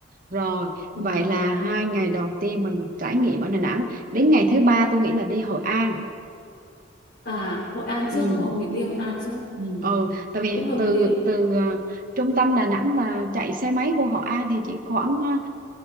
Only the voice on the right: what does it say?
rồi,
vậy là hai ngày đầu tiên mình trải nghiệm ở Đà Nẵng. Đến ngày thứ ba tôi nghĩ là đi Hội An
ừ
ừ tại vì
từ
từ ờ, trung tâm Đà Nẵng mà chạy xe máy vô Hội An thì chỉ khoảng ờ,